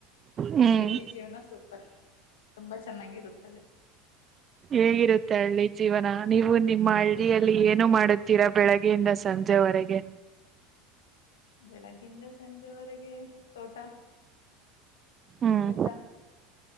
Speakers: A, on the right (about 35°); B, on the left (about 80°).
A: ಹ್ಮ್
B: ಎಳ್ಳಿ ಜೀವನ ಸೂಪರ್ ತುಂಬಾ ಚೆನ್ನಾಗಿರುತ್ತದೆ
A: ಹೇಗಿರುತ್ತೆ ಹಳ್ಳಿ ಜೀವನ ನೀವು ನಿಮ್ಮ ಹಳ್ಳಿಯಲ್ಲಿ ಇ ಮಾಡುತ್ತೀರಾ ಬೆಳಗ್ಗೆಯಿಂದ ಸಂಜೆವರೆಗೆ
B: ಬೆಳಗ್ಗಿಂದ ಸಂಜೆವರೆಗೆ ತೋಟ
A: ಹ್ಮ್
B: ಊಟ